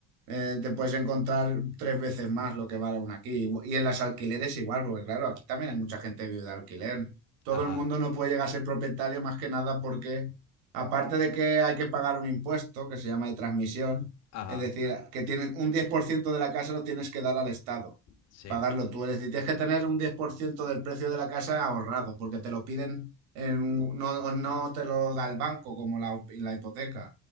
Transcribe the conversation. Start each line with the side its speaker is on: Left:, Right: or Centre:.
Right: eh, te puedes encontrar tres veces más lo que vale una aquí. Igu- Y en las alquileres igual, porque, claro, aquí también hay mucha gente que vive de alquiler. Todo
Left: ajá,
Right: el mundo no puede llegar a ser propietario más que nada porque, aparte de que hay que pagar un impuesto que se llama de transmisión,
Left: ajá,
Right: es decir, que tienes un 10% de la casa lo tienes que dar al Estado,
Left: sí,
Right: pagarlo tú. Es decir, tienes que tener un 10% del precio de la casa ahorrado, porque te lo piden, en un- no, no te lo da el banco como la, la hipoteca.